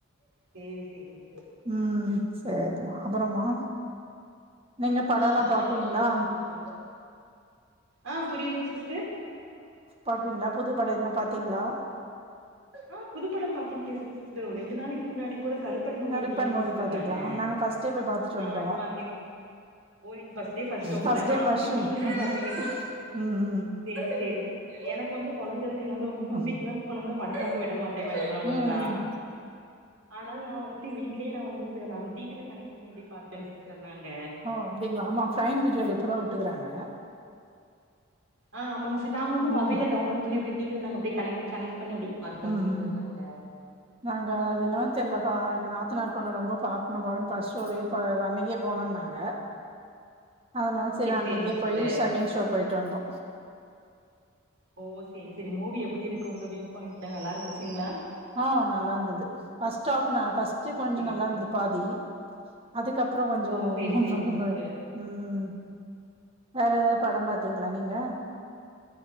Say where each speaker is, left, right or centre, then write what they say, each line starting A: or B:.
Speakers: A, on the right (about 75°); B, on the right (about 25°).
A: சேரி சேரிங்
B: ம் சரிம்மா அப்பறம்மா நீங்க படல்லா
A: ஆ
B: பாக்வீங்ளா
A: அப்புறோ நீங்க தா சொல்ணு ஆ புரியிலிங் சிஸ்டர்
B: பாப்பிங்ளா புது பட எதுனா பாத்தீங்ளா
A: ஆ புதுப்படம் பாத்தீங் சிஸ் சிஸ்டர் ஒரு ரெண்டு நாளைக்கு முன்னாடி கூட கரு ப்பன் மூவி
B: கருப்பன்
A: இருக்குல்லை
B: மூவி
A: சிஸ்டர்
B: பாத்தீங்களா
A: நானு
B: நாங்க ஃபர்ஸ்ட் டே போய் பாத்துட்டு
A: ஆ
B: வந்ட்டோ
A: அது பாத்தேங் ஓ நீங்க ஃபஸ்டே ஃபஸ்ட் ஸோங்களா
B: ஃபர்ஸ்ட் டே
A: நா
B: ஃபர்ஸ்ட்
A: வந்து
B: ஷோ
A: டிவிலே
B: ம்
A: பாத்துருவே
B: ம்
A: சேரி சேரி எனக்கு வந்து குழந்தை இருக்குனால மூவிக்கு
B: ம்
A: லா போனோம்னா படம் பாக்க விட மாட் <unintelligible> ஓழுங்க
B: ம்
A: ஆனால நா வந்துட்டு வீட்லே நா வந்துட்டு நாங்க டிவில கனெக்ட் பண்ணி அப்டியே பாத்துட்டேங்க சிஸ்டர் நாங்க
B: ஓஅப்டிங்ளா ஆமா ப்ரைம் வீடியோல இப்பதா விட்டுக்கறாங்க
A: ஆமாங்க சி நாங்க வந்து மொபைல்ல
B: ம்
A: டன்லோட் பண்ணி அப்டியே டிவில நாங்க அப்டியே கனெக்ட் கனெக்ட் பண்ணி அப்டி பாத்துட்டோங்க
B: ம்
A: சிஸ்டர்
B: ம்
A: நாங்க
B: நாங்க அதுனானு தெர்லபா எங்க நாத்தனார் பொண்ணு ரொம்ப பாக்கணு பாக்கணு ஃபஷ்ட் ஷோவே ஓ அன்னைக்கே போனுனாங்க அதனால சேரி அன்னைக்கே
A: சேரிங்க சிஸ்டர்
B: போய் செகண்ட் ஷோ போயிட்டு வந்தோ
A: ஓ சேரி சேரி மூவி எப்டி இருக்கு உங்க வியூ பாயிண்ட்ல நல்லா இருந்துச்சுங்களா
B: ஆ நல்லா இருந்தது ஃபஸ்ட் ஆஃப் ஃபஸ்ட் கொஞ்சோ
A: சேரி
B: நல்லா இருந்தது
A: சேரி
B: பாதி அதுக்கப்ற கொஞ்சோ
A: ஓ
B: <unintelligible>
A: சேரி சேரிங்க சிஸ்டர்
B: ம் வேற ஏதாது படம் பாத்தீங்ளா நீங்க